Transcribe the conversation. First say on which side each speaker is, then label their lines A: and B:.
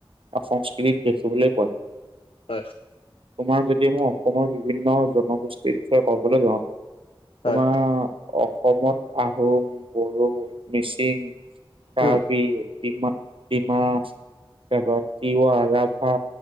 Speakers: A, on the right; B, on the left.
A: সংস্কৃতিত দেখিবলৈ পোৱা যায়।
B: হয়।
A: তোমাৰ যদি মই অসমৰ বিভিন্ন জনগোষ্ঠীৰ বিষয়ে ক'বলৈ যাওঁ
B: হয়
A: তোমাৰ অসমত আহোম, বড়ো, মিচিং,
B: হয়
A: কাড়বি, ডিমা- ডিমা তাৰপৰা তিৱা, ৰাভা,